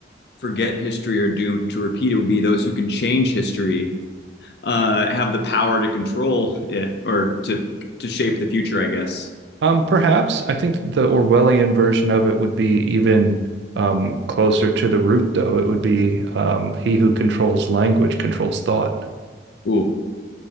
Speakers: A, on the left; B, on the right.
A: forget history or doomed to repeat it would be those who can change history uh, have the power to control it or to to shape the future i guess
B: Um, perhaps I think the Orwellian version of it would be even um, closer to the root, though. It would be um, he who controls language controls thought.
A: ooh